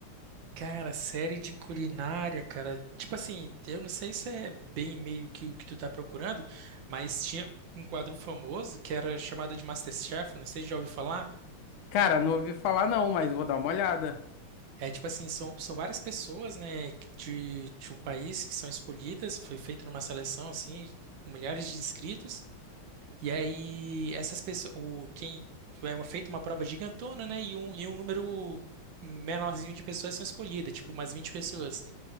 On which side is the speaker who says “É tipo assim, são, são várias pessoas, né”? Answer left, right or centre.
Right